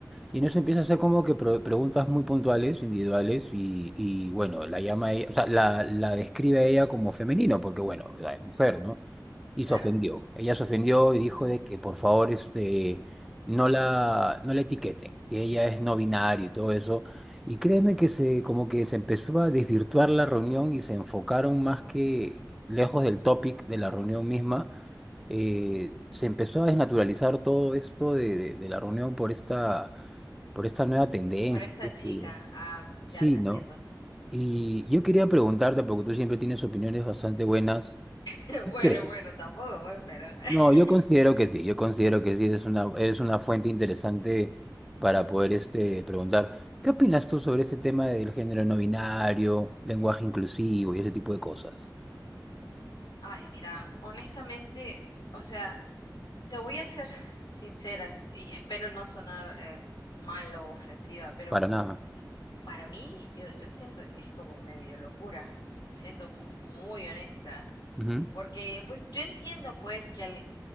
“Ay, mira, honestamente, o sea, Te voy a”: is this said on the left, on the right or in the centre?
Left